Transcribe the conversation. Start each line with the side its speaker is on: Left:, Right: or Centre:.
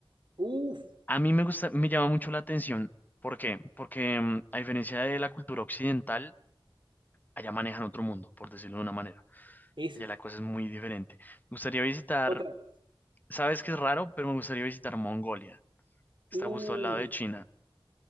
Right: Uf,
Left: A mí me gusta, me llama mucho la atención. ¿Por qué? Porque mm, a diferencia de la cultura occidental, allá manejan otro mundo, por decirlo de una manera.
Right: es
Left: Allá la cosa es muy diferente. Me gustaría visitar,
Right: otra cosa.
Left: sabes que es raro, pero me gustaría visitar Mongolia. Está
Right: Uf.
Left: justo al lado de China.